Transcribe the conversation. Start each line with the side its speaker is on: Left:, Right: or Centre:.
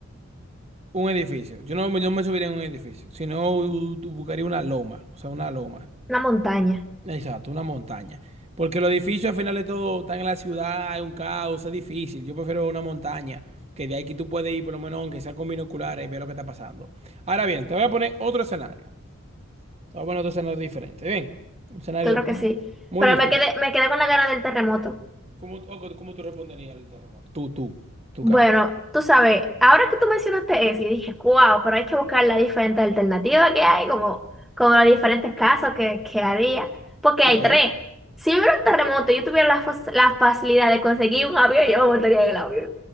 Right: un edificio. Yo no, yo no me subiría en un edificio, sino u- u- buscaría una loma, o sea, una loma.
Centre: Una montaña,
Right: Exacto, una montaña. Porque los edificios al final de todo están en la ciudad, hay un caos, es difícil. Yo prefiero una montaña, que de ahí que tú puedes ir por lo menos, aunque sea con binoculares, y ver lo que está pasando. Ahora bien, te voy a poner otro escenario. Estaba bueno otro escenario diferente. Bien, un escenario
Centre: claro
Right: muy,
Centre: que sí.
Right: muy
Centre: Pero
Right: distinto.
Centre: me quedé, me quedé con la gana del terremoto.
Right: ¿Cómo, o- cómo tú responderías al terremoto? Tú, tú, tu
Centre: Bueno,
Right: caso.
Centre: tú sabes, ahora que tú mencionaste eso, y dije, wow, pero hay que buscar las diferentes alternativas que hay, como, como los diferentes casos que, que había. Porque
Right: Ok,
Centre: hay tres. Si hubiera un terremoto y yo tuviera la, fos- la facilidad de conseguir un avión, yo me montaría en el avión.